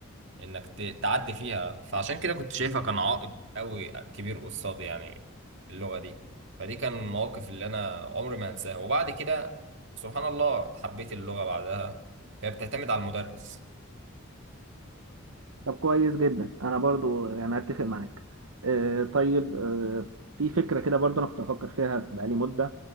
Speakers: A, on the right (about 60°); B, on the right (about 80°).
A: انك ت... تعدي فيها فعشان كده كنت شايفها كان عائق قوي كبير قصادي يعني اللغة دي فدي كان المواقف اللي انا عمري ما هنساها وبعد كده سبحان الله حبيت اللغة بعدها هي بتعتمد على المدرس
B: طب كويس جدا انا برضو يعني اتفق معاك آه طيب آه في فكره كده برضو انا كنت بفكر فيها بقالي مده